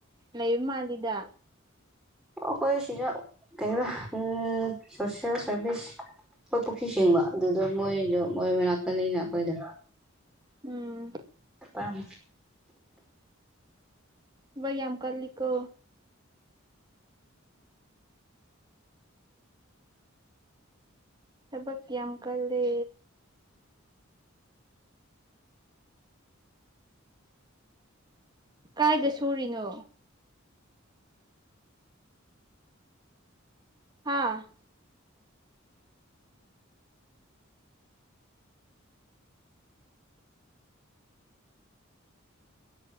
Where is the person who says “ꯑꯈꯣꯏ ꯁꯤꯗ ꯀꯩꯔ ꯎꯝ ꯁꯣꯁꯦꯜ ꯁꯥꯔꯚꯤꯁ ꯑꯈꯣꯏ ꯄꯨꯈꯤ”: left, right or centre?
Centre